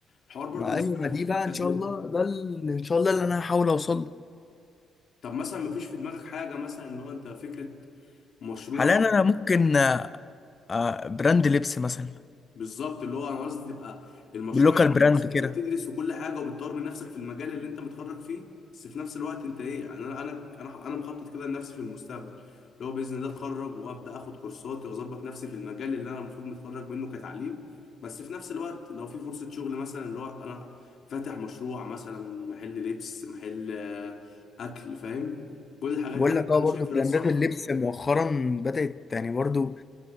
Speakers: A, on the left; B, on the left.
A: الحوار برضو
B: ما
A: مش
B: اه ايوه
A: سهل
B: ما دي بقى
A: محتاج
B: ان شاء
A: جهد
B: الله ده ال- ان شاء الله اللي انا هحاول اوصل له
A: طب مثلا ما فيش في دماغك حاجة مثلا اللي هو انت فكرة مشروع
B: حاليا انا ممكن آه، آه، براند لبس مثلا
A: بالظبط اللي هو انا قصدي تبقى المشروع
B: باللوكال
A: يبقى
B: براند
A: أصل انت
B: كده
A: بتدرس وكل حاجه وبتطور من نفسك في المجال اللي انت متخرج فيه بس في نفس الوقت انت ايه يعني انا انا انا أنا مخطط كده لنفسي في المستقبل اللي هو باذن الله اتخرج وابدا اخد كورساتي واظبط نفسي في المجال اللي انا المفروض متخرج منه كتعليم بس في نفس الوقت لو في فرصه شغل مثلا اللي هو انا فاتح مشروع مثلا محل لبس محل آه، اكل فاهم كل الحاجات
B: بقول
A: دي انا
B: لك اه
A: أنا
B: برضه
A: شايفها
B: براندات
A: ده الصح
B: اللبس مؤخرا بدأت يعني برضه